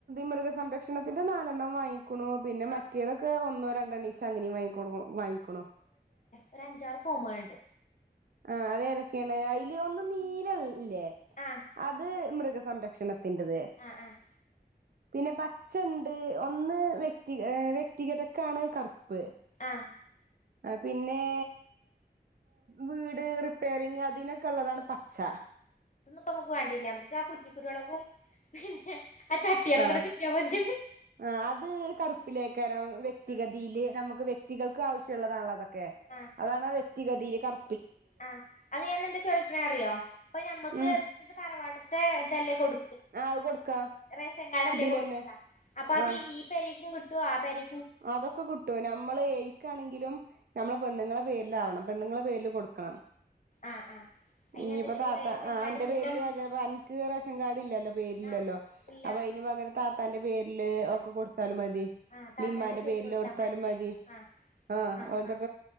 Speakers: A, on the right; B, on the left.
A: മൃഗ സംരക്ഷണത്തിന്റെ നാലണ്ണം വാങ്ങി കുണു പിന്നെ
B: ആഹ്
A: മറ്റേതൊക്കെ ഒന്നോ ര രണ്ടന്നി ചങ്ങിനെ വായിക്കൊടുക്കും വായിക്ക്ണ്
B: ഒരഞ്ചാർ കോമാഹ് ണ്ട്
A: ആ ഏതൊക്കേണ് അയിൽ ഒന്ന് നീരൾ ല്ലേ
B: ആഹ്
A: അത് മൃഗ സംരക്ഷണ തിന്റതെ
B: ആഹ് ആഹ്
A: പിന്നെ പച്ചണ്ട് ഒന്ന് വെക്തികഥക്കാണ് കർപ്പ്
B: ആഹ്ആ
A: അ പിന്നെ വീട് റിപ്പെയറിങ് അതിനൊക്കെ ഉള്ളതാണ് പ ച്ചാ
B: പ്പോ മ്മക്ക് വാണ്ടില്ല താ കുച്ച്കുരളകും പിന്നെ ആ ചട്ടികളൊക്കെ
A: അ
B: കിട്ടിയാ മതിന്ന്
A: ആ അത് കറ്പ്പ് ലക്കാരം വെക്തി
B: ആഹ്
A: കതില് നമുക്ക് വെക് വ്യക്തികൾക്ക് ആവശ്യള്ളതാണല്ലോ അതോ ക്കെ
B: ആഹ്
A: അതാണ് വെയ് ത്തിഗയിൽ കർ
B: ആഹ് അത് ഞാനന്താ ചോയിക്കണേ അറിയോ പ്പോ ഞമ്മക്
A: ഉം
B: ന്റ് തറവാട്ട് തെ തല്ലേ കൊട്
A: ആ അത് കൊടുക്കാ
B: റേഷൻ കാർഡല്ലേ
A: ഇതിലന്നെ
B: കൊടുക്കാ അപ്പം
A: ആ
B: അത് ഈ പെരേക്കും കിട്ട് ചു ആ പെരേ
A: അതൊക്കെ കിട്ടും നമ്മള് എയ്ക്കാണെങ്കിലും നമ്മള് പെണ്ണുങ്ങളെ പേരിലാവണം പെണ്ണുങ്ങളെ പേരില് കൊടുക്കണം
B: ആഹ് ആഹ് അയിനതല്ലടി
A: ഇനിയിപ്പ താത്താ
B: റേഷൻ കാർഡ്
A: അന്റെ
B: ഇല്ലല്ലോ
A: പേരിലും അതെ അനക്ക് റേഷൻ കാർഡില്ലല്ലോ
B: ആഹ് ഇല്ല
A: അപ്പോ അയിന് പകരം താത് എന്റെ പേരില് ഒക്കെ കൊടുത്ത് ആലും മതി
B: ആഹ് താത്താന്റെ
A: ഉമ്മാന്റെ
B: പേർക്ക്
A: പേരില്
B: കൊടുത്താ
A: കൊടുത്താലും
B: മതില്ലേ
A: മതി
B: ആഹ്
A: ആ
B: ആഹ്
A: <inaudible>
B: ആഹ്